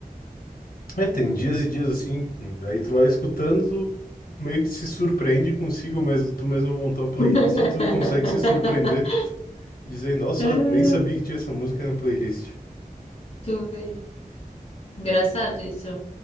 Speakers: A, on the left; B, on the left.
A: É, tem dias e dias assim, aí tu vai escutando, tu meio que se surpreende consigo mesmo, tu mesmo montou a playlist
B: <laughs>
A: e tu consegue se surpreender, dizendo, ó, só
B: Ai,
A: nem sabia que tinha essa música na playlist.
B: Tu vê. Engraçado isso.